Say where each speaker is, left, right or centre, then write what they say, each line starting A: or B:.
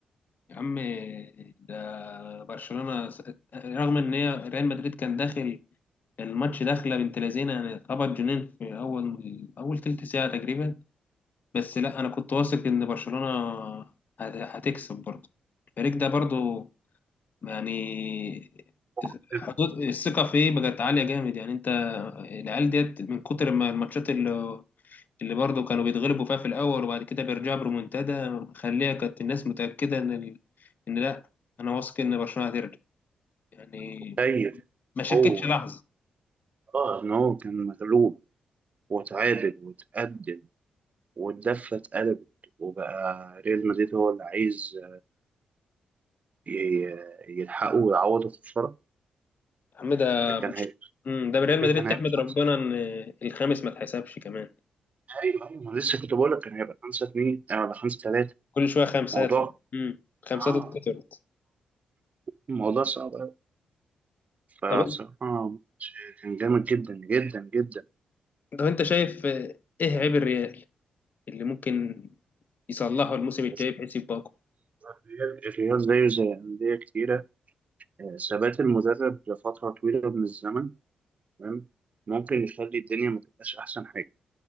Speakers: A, on the left; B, on the right.
A: يا عم ده برشلونة رغم ان هي ريال مدريد كان داخل الماتش داخله بنت لذينه يعني اتخبط جنين في اول اول تلت ساعه تقريبا بس لا انا كنت واثق ان برشلونه هت- هتكسب برضه الفريق ده برضه يعني
B: <laughs>
A: حدود الثقه فيه بقت عاليه جامد يعني انت العيال ديت من كتر ما الماتشات اللي اللي برضه كانوا بيتغلبوا فيها في الاول وبعد كده بيرجعوا برومنتادا خليها كانت الناس متاكده ان ال... ان لا انا واثق ان برشلونه هترجع يعني
B: متخيل
A: ما شكتش
B: هو
A: لحظه
B: اه ان هو كان مغلوب وتعادل وتقدم والدفة اتقلبت وبقى ريال مدريد هو اللي عايز ي- يلحقه ويعوضه في الخسارة
A: يا عم ده
B: ده كان
A: برش...
B: هيبقى
A: مم، ده ريال مدريد
B: كان
A: تحمد
B: هيبقى
A: ربنا
B: خمسة
A: ان الخامس ما اتحسبش كمان
B: أيوه أيوه أنا لسه كنت بقول لك كان هيبقى خمسة اتنين آه، ولا خمسة تلاتة
A: كل شويه خمسات
B: موضوع
A: امم خمسات
B: آه
A: اتكترت
B: موضوع صعب أوي فبصراحة
A: طب
B: كان جامد جدا جدا جدا
A: طب انت شايف آه، ايه عيب الريال اللي ممكن يصلحه الموسم الجاي
B: بس
A: بحيث يبقى اقوى
B: الريال الريال زيه زي أندية كتيرة آه، ثبات المدرب لفترة طويلة من الزمن تمام ممكن يخلي الدنيا ما تبقاش أحسن حاجة